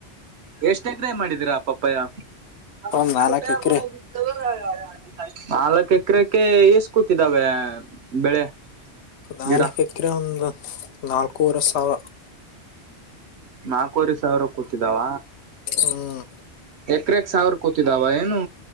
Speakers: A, on the right; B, on the left.
A: ಎಷ್ಟ ಎಕ್ರೆ ಮಾಡಿದೀರಾ ಪಪ್ಪಯ್ಯ, <unintelligible>
B: ಒಂದ್ ನಾಲ್ಕ್ ಎಕರೆ
A: ನಾಲ್ಕ್ ಎಕರೆಕ್ಕೆ ಎೇಸ್ ಕೂತಿದ್ದಾವೆ ಬೆಳೆ
B: ನಾಲ್ಕಕಿರ
A: ಗಿಡ
B: ಒಂದು ನಾಲ್ಕೂವರೆ ಸಾವಿರ
A: ನಾಲ್ಕವರೆ ಸಾವಿರ ಕೂತಿದ್ದಾವ
B: ಹ್ಮ್
A: ಕ್ರೆಕ್ ಸಾವರ್ ಕೂತಿದಾವ ಏನು